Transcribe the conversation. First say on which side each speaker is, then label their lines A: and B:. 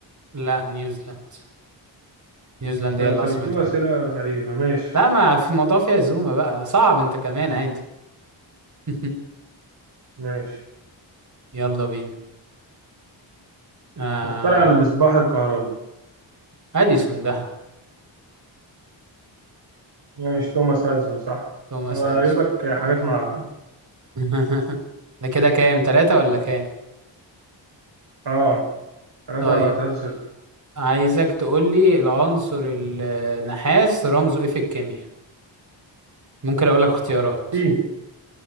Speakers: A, on the right (about 40°); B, on the right (about 55°).
A: لا نيوزيلند نيوزيلندا
B: فأنت
A: هي اللي عاصمتها
B: بتجيب أسئلة غريبة ماشي
A: لا ما في موضوع فيها زومة بقى صعب انت كمان عادي <laughs>
B: ماشي
A: يلا بينا آه...
B: مخترع المصباح الكهربي
A: أديسون ده
B: ماشي توماس اديسون صح
A: توماس
B: انا
A: أديسون
B: هجيب لك حاجات مع
A: <laughs> ده كده كام تلاتة ولا كام
B: اه تلاتة
A: طيب
B: تلاتة صفر
A: عايزك تقول لي العنصر النحاس رمزه ايه في الكيمياء ممكن اقول لك اختيارات
B: سي